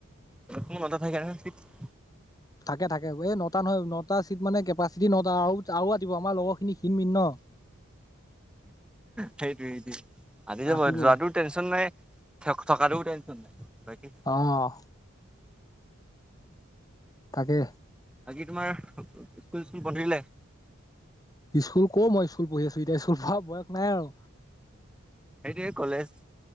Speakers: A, in the centre; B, on the left (about 15°).
A: <inaudible>
B: থাকে থাকে এই নটা নহয় নটা চিট মানে কেপাচিটি নটা আৰু আৰু আতিব আমাৰ লগৰ খিনি মিন ন।
A: সেইটো সেইটো আটি যাব
B: আতিব
A: যোৱাটো টেনচন নাই থকাটোও টেনচন নাই বাকী
B: অঁ। তাকে।
A: বাকী তোমাৰ স্কুল স্কুল বান্ধিলে?
B: স্কুল ক মই স্কুল পঢ়ি আছো এতিয়া স্কুলীয়া বয়স নাই আৰু।
A: সেইটোৱেই কলেজ?